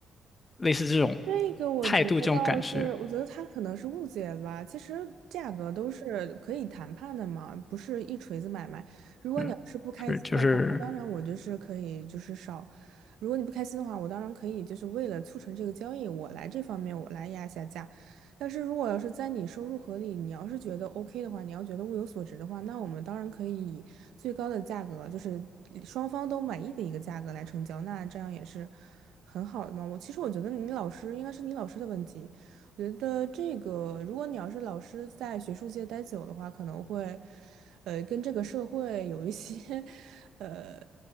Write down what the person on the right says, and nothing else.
这个我觉得倒是，
我觉得他可能是误解了吧。其实价格都是可以谈判的嘛，不是一锤子买卖。如果你要是不开心的话，
那当然我就是可以就是少。如果你不开心的话，我当然可以就是为了促成这个交易，我来这方面我来压一下价。但是如果要是在你收入合理，你要是觉得 OK 的话，你要觉得物有所值的话，那我们当然可以以最高的价格，就是双方都满意的一个价格来成交，那这样也是很好的嘛。我其实我觉得你老师应该是你老师的问题，我觉得这个如果你要是老师在学术界待久的话，可能会呃跟这个社会有一些 <laughs> 呃